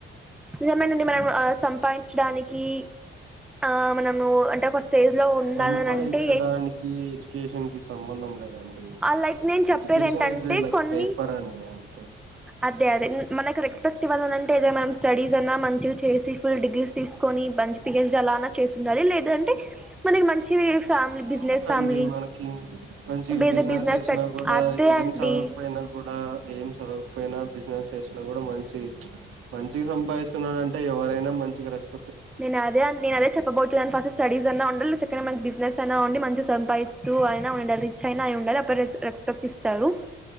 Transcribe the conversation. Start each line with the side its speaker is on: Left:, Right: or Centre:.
Centre: ఏమోనండి మనం ఆ సంపాదించడానికి ఆ మనము అంటేే ఒక స్టేజ్ లో ఉండాలనంటే
Right: సంపాదించడానికి ఎడ్యుకేషన్ కి సంబంధం లేదండి
Centre: ఆ లైక్ నేను చెప్పేది
Right: ఎడ్యుకేషన్
Centre: ఏంటంటే
Right: ఈజ్ లైక్
Centre: కొన్ని
Right: పేపర్ అండి అంతే
Centre: అదే అదే మనకు రెస్పెక్ట్ ఇవ్వాలనంటే ఇదే మ్యామ్ స్టడీస్ అన్నా మంచిగా చేసి ఫుల్ డిగ్రీస్ తీసుకొని మంచి పిహెచ్డి అలా అన్న చేసి ఉండాలి లేదంటే మనకి మంచి ఫ్యామిలీ బిజినెస్
Right: ఎందుకండి
Centre: ఫ్యామిలీ
Right: మనకి మంచిగ
Centre: బేస్
Right: బిజినెస్ చేసినా
Centre: పెట్
Right: కూడా
Centre: అదే
Right: అయితే
Centre: అండి
Right: ఏం చదవకపోయినా కూడా ఏం చదవక పోయిన బిజినెస్ చేసిన కూడా మంచి మంచిగ సంపాదిస్తున్నాడు అంటే ఎవరైనా మంచిెగ రెస్
Centre: నేను అదే నే అదే చెప్పబోతున్నాను ఫస్ట్ స్టడీస్ అన్నా ఉ మంచి బిిజినెసైనా ఉండి మంచిగ సంపాదిస్తూ అయినా ఉండాలి రిచ్ఐనా అె రెస్పెక్ట్ ఇస్తారు